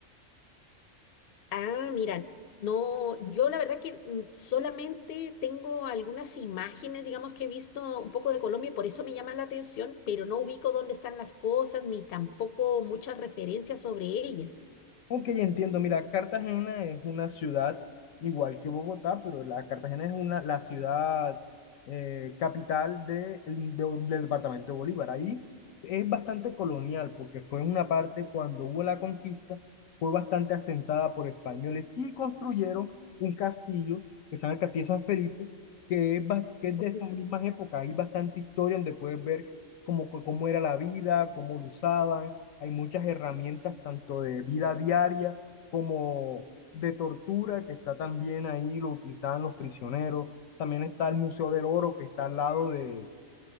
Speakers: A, on the left; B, on the left.
A: Ah, mira, no, yo la verdad que mm, solamente tengo algunas imágenes, digamos, que he visto un poco de Colombia y por eso me llama la atención, pero no ubico dónde están las cosas ni tampoco muchas referencias sobre ellas.
B: Ok, entiendo. Mira, Cartagena es una ciudad igual que Bogotá, pero la Cartagena es una, la ciudad eh, capital de- el- de- del departamento de Bolívar. Ahí es bastante colonial, porque fue una parte cuando hubo la conquista, fue bastante asentada por españoles y construyeron un castillo que se llama el Castillo de San Felipe, que es, bas- que es de esas
A: Mm,
B: mismas épocas. Hay bastante historia donde puedes ver cómo, cómo era la vida, cómo lo usaban hay muchas herramientas, tanto de vida diaria como de tortura, que está también ahí, lo utilizaban los prisioneros. También está el Museo del Oro, que está al lado de,